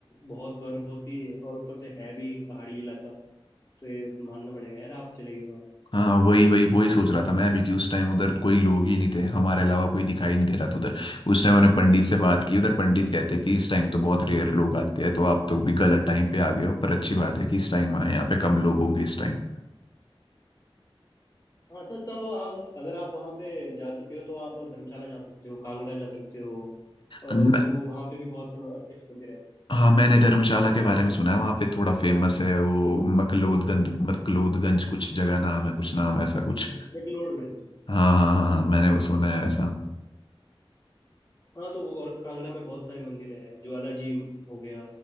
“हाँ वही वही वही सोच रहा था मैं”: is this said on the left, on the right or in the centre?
Left